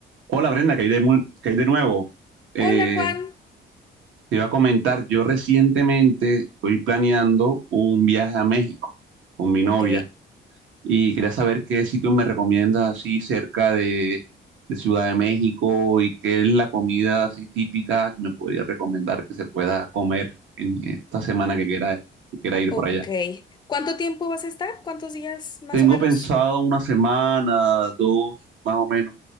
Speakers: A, on the right; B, on the left.
A: Hola Brenda, caí de, mu- caí de nuevo. Eh,
B: Hola Juan.
A: te iba a comentar, yo recientemente estoy planeando un viaje a México con mi
B: Ok,
A: novia y quería saber qué sitio me recomiendas así cerca de, de Ciudad de México y qué es la comida así típica que me podría recomendar que se pueda comer en esta semana que quiera, que quiera ir
B: ok.
A: por allá.
B: ¿Cuánto tiempo vas a estar? ¿Cuántos días más
A: Tengo
B: o menos?
A: pensado una semana, dos, más o menos.